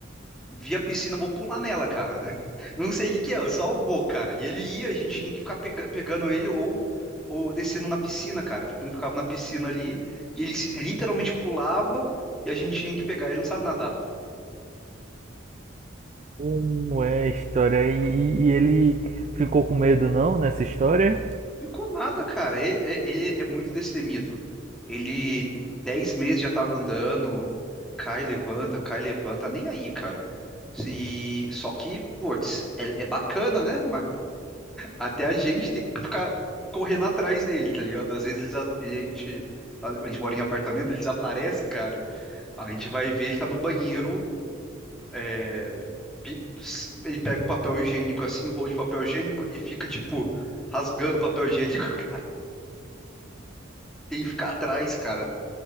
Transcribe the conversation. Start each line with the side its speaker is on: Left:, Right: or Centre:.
Centre: vi a piscina, vou pular nela, cara. <laughs> Não sei o que que é, eu só vou, cara. E ele ia, a gente tinha que ficar pega- pegando ele ou, ou descendo na piscina, cara. Um ficava na piscina ali e ele se- literalmente pulava e a gente tinha que pegar. Ele não sabe nadar.
Right: como é a história? E, e- e ele ficou com medo não nessa história?
Centre: Ficou nada, cara. E- Ele, é muito destemido. Ele, 10 meses já tava andando, cai, levanta, cai, levanta, nem aí, cara. E, só que, putz, é, é bacana, né? Até a gente tem que ficar correndo atrás dele, tá ligado? Às vezes eles, a- ele, a gente, tá- a gente mora em apartamento, ele desaparece, cara. A gente vai ver, ele tá no banheiro, é, pi- s- ele pega o papel higiênico assim, o rolo de papel higiênico e fica, tipo, rasgando o papel higiênico, <laughs> cara. Tem que ficar atrás, cara.